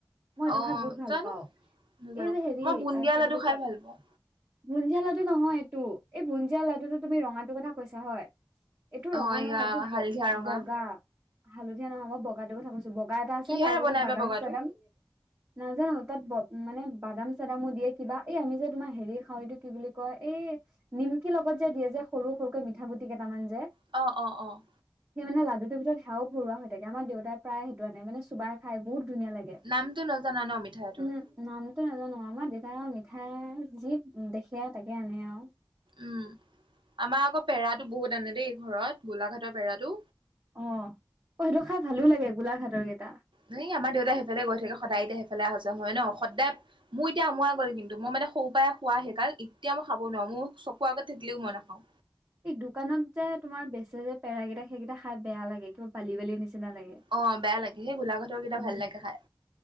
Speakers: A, on the right; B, on the right.
A: মই সেইটো
B: অ
A: খাই বহুত ভাল
B: জানো
A: পাওঁ
B: নাজানো
A: এই যে হেৰি
B: মই বুন্দিয়া
A: আ কি
B: লাডু
A: বুলি
B: খাই
A: কয়
B: ভাল পাওঁ
A: ভুঞ্জিজিয়া লাডু নহয় এইটো এই ভুঞ্জিজিয়া লাডুটো তুমি ৰঙাটোৰ কথা কৈছা হয় এইটো ৰঙা
B: অ এয়া
A: নহয়, এইটো
B: হালধীয়া
A: ব
B: ৰঙা
A: বগা হালধীয়া নহয়, মই বগাটো কথা কৈছো, বগা এটা আছে
B: কিহেৰে
A: তাৰ ভিতৰত
B: বনাই
A: বাদাম-চাদাম
B: বা বগাটো
A: নাজানো তাত ব উ মানে বাদাম-চাদামো দিয়ে কিবা এই আমি যে তোমাৰ হেৰি খাওঁ এইটো কি বুলি কয় এই নিমকি লগত যে দিয়ে যে সৰু সৰুকে মিঠা গুটি কেইটামান যে
B: অ অ অ
A: এনেকে মানে লাডুটোৰ ভিতৰত সাও ভৰোৱা হৈ থাকে আমা দেউতাই প্ৰায় সেইটো আনে মানে চুবাই খাই বহুত ধুনীয়া লাগে
B: নামটো নজানা ন মিঠাইটোৰ
A: উম নামটো নাজানো আমাৰ দেউতাই আও মিঠাই যি দেখে তাকে আনে আৱ
B: উম আমাৰ আকৌ পেৰাটো বহুত আনে দেই ঘৰত গোলাঘাটৰ পেৰাটো
A: অ অ সেইটো খাই ভালো লাগে গোলাঘাটৰ কেটা
B: এ আমাৰ দেউতাই সেইফালে গৈ থাকে সদায় এতিয়া সেইফালে অহা যোৱা হয় ন সদায় মোৰ এতিয়া আমোৱাই গ'ল কিন্তু মই মানে সৰু পৰাই খোৱা সেইকাৰণে এতিয়া মই খাব নোৱাৰো মোৰ চকু আগত থাকিলেও মই নাখাওঁ
A: এই দোকানত যে তোমাৰ বেচে যে পেৰাকেইটা সেইকেটা খাই বেয়া লাগে কিবা বালি বালি নিচিনা লাগে
B: অ বেয়া লাগে সেই গোলাঘাটৰ কেইটা
A: উম
B: ভাল লাগে খাই